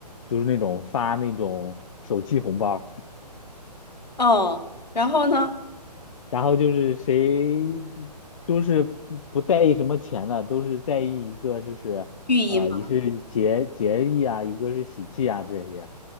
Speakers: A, on the left; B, on the left.
A: 就是那种发那种手气红包。
B: 哦，然后呢，
A: 然后就是谁都是不在意什么钱的，都是在意一个就是呃，
B: 寓意嘛，
A: 一是节节义啊，一个是喜气啊这些。